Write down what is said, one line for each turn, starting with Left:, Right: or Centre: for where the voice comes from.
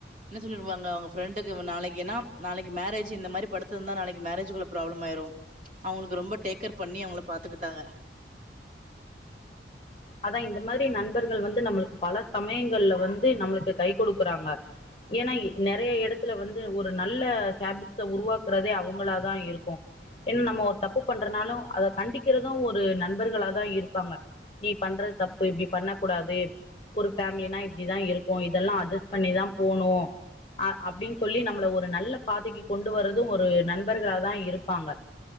Right: என்ன சொல்லிருவாங்க அவுங்க ப்ரெண்டுக்கு நாளைக்ககின்னா நாளைக்கு மேரேஜ் இந்த மாரி படுத் இருந்த நாளைக்கு மேரேஜுக்குள்ள ப்ராப்ளம் ஆயிரும் அவுங்களுக்கு ரொம்ப டேக்கர் பண்ணி அவுங்கள பாத்துக்கிட்டாங்க
Left: அதான் இந்த மாதிரி நண்பர்கள் வந்து நம்மளுக்கு பல சமயங்கள்ல வந்து நம்மளுக்கு கை கொடுக்குறாங்க ஏனா நறைய இடத்துல வந்து ஒரு நல்ல ஹேபிட்ஸ உருவாக்குறதே அவுங்களாதான் இருக்கும் ஏனா நம்ம ஒரு தப்பு பண்றனாலும் அத கண்டிக்கிறதும் ஒரு நண்பர்களாதான் இருப்பாங்க நீ பண்றது தப்பு இப்டி பண்ணக் கூடாது ஒரு ஃபேமிலினா இப்டிதா இருக்கு இதெல்லா அட்ஜஸ்ட் பண்ணிதா போணு அ அப்டின்னு சொல்லி நம்மள ஒரு நல்ல பாதைக்கு கொண்டு வர்றதும் ஒரு நண்பர்களாதா இருப்பாங்க